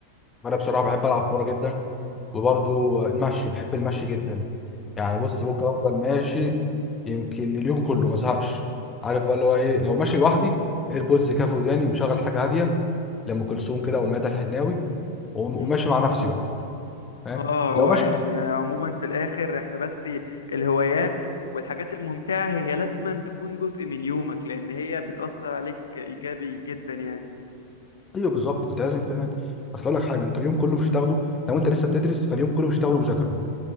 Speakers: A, on the left (about 20°); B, on the left (about 70°).
A: فانا بصراحه بحب العب كوره جدا وبرضو المشي بحب المشي جدا يعني بص ممكن افضل ماشي يمكن اليوم كله ما ازهقش عارف بقى اللي هو ايه لو ماشي لوحدي ايربودز كافي وداني ومشغل حاجه هاديه لام كلثوم كده او ميادة الحناوي وم- وماشي
B: امم
A: مع نفسي بقى فاهم
B: اه هو
A: لو ماشي
B: يعني عموما في الاخر احنا بس الهوايات والحاجات الممتعة هي لازما تكون جزء من يومك لان هي بتأثر عليك ايجابي جدا يعني
A: ايوه بالظبط انت لازم فعلا اصل اقول لك حاجه انت اليوم كله مش هتاخده لو انت لسه بتدرس فاليوم كله مش هتاخده مذاكره